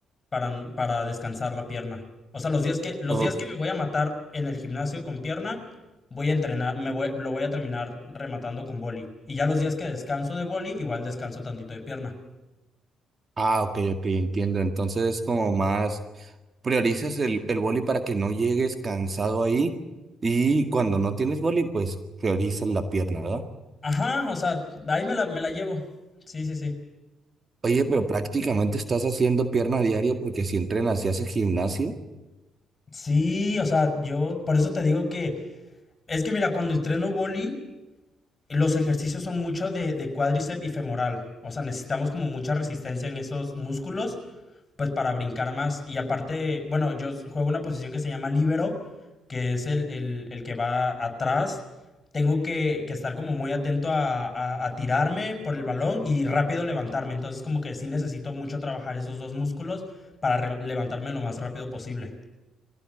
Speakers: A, on the left; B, on the right.
A: para, para descansar la pierna. O sea, los días que, los
B: O-
A: días que me voy a matar en el gimnasio con pierna, voy a entrenar, me voy, lo voy a terminar rematando con boli. Y ya los días que descanso de boli, igual descanso tantito de pierna.
B: ah, ok, ok, entiendo. Entonces, como más priorizas el, el boli para que no llegues cansado ahí y cuando no tienes boli, pues priorizas la pierna, ¿verdad?
A: Ajá, o sea, ahí me la, me la llevo. Sí, sí, sí.
B: Oye, pero prácticamente estás haciendo pierna a diario porque si entrenas y haces gimnasio.
A: Sí, o sea, yo por eso te digo que es que mira, cuando entreno boli, los ejercicios son mucho de, de cuádriceps y femoral. O sea, necesitamos como mucha resistencia en esos músculos pues para brincar más. Y aparte, bueno, yo juego una posición que se llama libero, que es el, el, el que va atrás. Tengo que, que estar como muy atento a, a- a tirarme por el balón y rápido levantarme. Entonces como que sí necesito mucho trabajar esos dos músculos para re- levantarme lo más rápido posible.